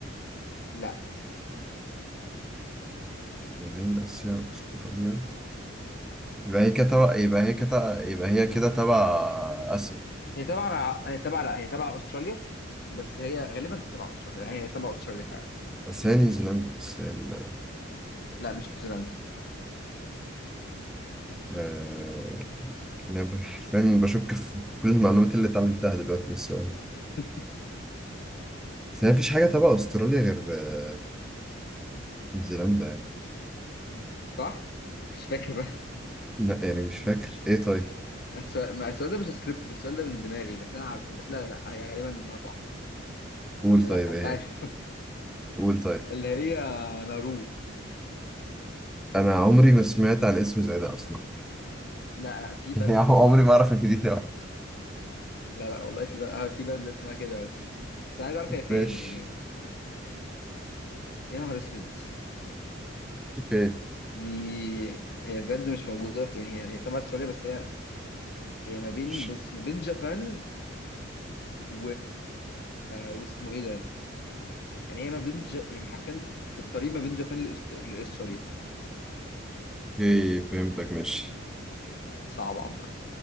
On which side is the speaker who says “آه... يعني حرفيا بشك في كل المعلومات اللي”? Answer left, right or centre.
Centre